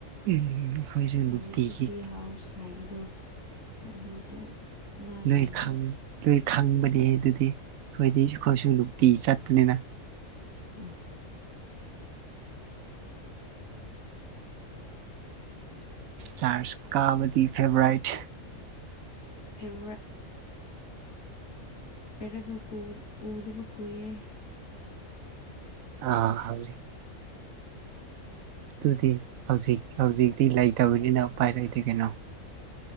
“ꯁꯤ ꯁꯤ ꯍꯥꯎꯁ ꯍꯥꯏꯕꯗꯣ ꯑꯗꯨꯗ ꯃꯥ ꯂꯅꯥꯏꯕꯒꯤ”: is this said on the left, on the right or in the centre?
Left